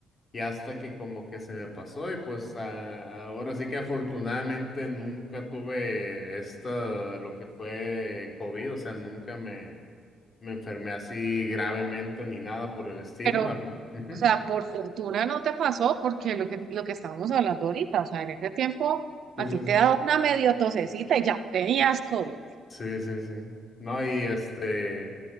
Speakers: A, on the left; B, on the right.
A: y hasta que como que se me pasó y pues a- ahora sí que afortunadamente nunca tuve esta, lo que fue COVID, o sea, nunca me me enfermé así gravemente ni nada por el estilo.
B: Pero,
A: Ah, ujú.
B: o sea, por fortuna no te pasó porque lo que, lo que estábamos hablando ahorita, o sea, en ese tiempo
A: Sí,
B: a
A: sí,
B: ti te
A: sí.
B: daba una medio tosecita y ya tenías COVID.
A: Sí, sí, sí. No, y este,